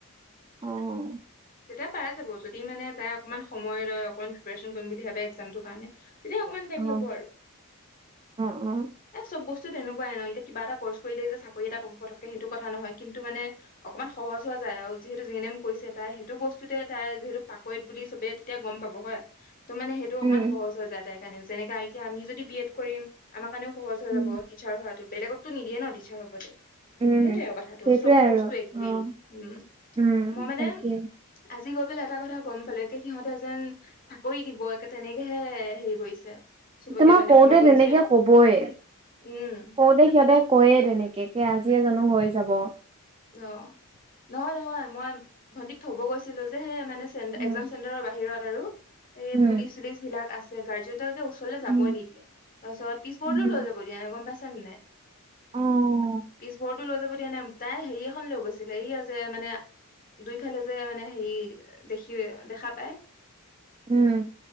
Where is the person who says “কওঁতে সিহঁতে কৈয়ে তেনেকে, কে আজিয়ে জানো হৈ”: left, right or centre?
Right